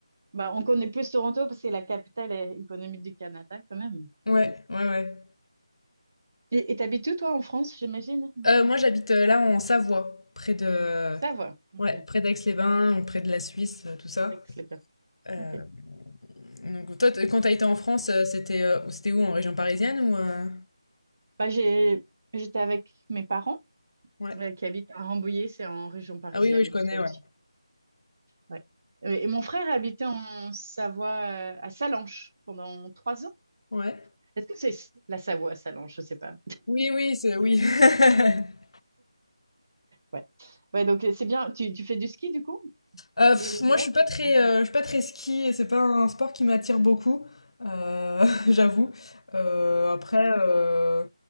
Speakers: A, on the right (about 25°); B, on the left (about 80°).
A: Bah, on connaît plus Toronto parce que c'est la capitale euh, économique du Canada quand même.
B: Ouais, ouais, ouais.
A: Et et t'habites où, toi, en France, j'imagine?
B: Euh, moi, j'habite euh, là en Savoie, près de...
A: Ça va. OK.
B: Ouais, près d'Aix-les-Bains, ou près de la Suisse, euh, tout ça.
A: Excellent.
B: Euh,
A: OK.
B: donc, toi, t- quand t'as été en France, euh, c'était euh, c'était où, en région parisienne ou... euh,
A: Bah, j'ai, j'étais avec mes parents
B: Ouais.
A: euh, qui habitent à Rambouillet, c'est en région parisienne,
B: Ah oui, oui, je connais,
A: ça aussi.
B: ouais.
A: Ouais. Euh, Et mon frère habitait en Savoie, euh, à Salanches, pendant trois ans.
B: Ouais.
A: Est-ce que c'est la Savoie à Salanches? Je sais pas.
B: Oui, oui, c'est... Oui. <laughs>
A: Ouais. Ouais, donc euh, c'est bien. Tu, tu fais du ski du coup?
B: Euh,
A: Les,
B: pff, moi,
A: les verts?
B: je suis pas très,
A: Ouais.
B: euh, je suis pas très ski et c'est pas un sport qui m'attire beaucoup, euh, <laughs>
A: Ok.
B: j'avoue. Euh, après, euh,